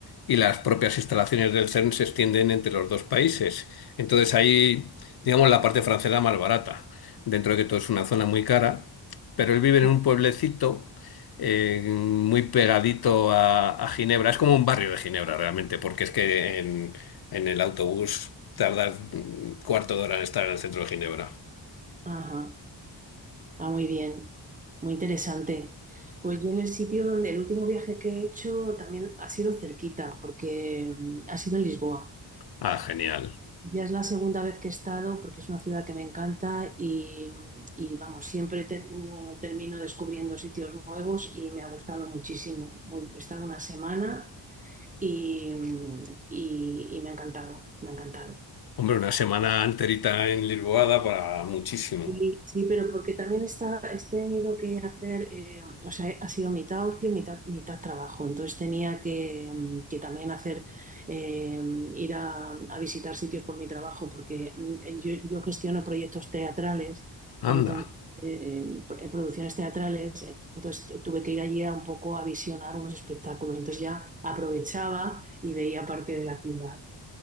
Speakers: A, on the left (about 55°); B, on the right (about 20°).
A: y las propias instalaciones del CERN se extienden entre los dos países. Entonces ahí digamos, la parte francesa más barata, dentro de que todo es una zona muy cara, pero él vive en
B: Ah,
A: un pueblecito eh, muy pegadito a, a Ginebra, es como un barrio de Ginebra realmente, porque es que en, en el autobús tardas un cuarto de hora en estar en el centro de Ginebra.
B: Ajá. Ah, muy bien. Muy interesante. Pues yo en el sitio donde el último viaje que he hecho también ha sido cerquita, porque mm, ha sido en Lisboa.
A: Ah, genial.
B: Ya es la segunda vez que he estado porque es una ciudad que me encanta y, y, vamos, siempre te- termino descubriendo sitios nuevos y me ha gustado muchísimo. Voy- He estado una semana y, y- y me ha encantado, me ha encantado.
A: Hombre, una semana enterita en Lisboa para muchísimo.
B: Sí, sí, pero porque también está, he tenido que hacer, eh, o sea, ha sido mitad ocio, mitad, mitad trabajo. Entonces tenía que, mm, que también hacer, eh, ir a, a visitar sitios por mi trabajo, porque mm, yo, yo gestiono proyectos teatrales,
A: Anda.
B: entonces, eh, eh, producciones teatrales, entonces tuve que ir allí a un poco a visionar unos espectáculos. Entonces ya aprovechaba y veía parte de la ciudad.